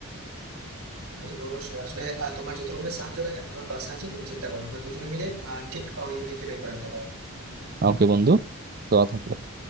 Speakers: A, on the right (about 85°); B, on the right (about 40°).
A: হ্যাঁ বন্ধু অবশ্যই আসলে আহ, তোমার যত রকমের সাহায্য লাগে আমি তোমার পাশে আছি তুমি চিন্তা করো না। আমরা দুজনে মিলে আহ, ঠিক আহ, ওই অভিজ্ঞকে বের করে আনতে পারবো
B: ওকে বন্ধু তো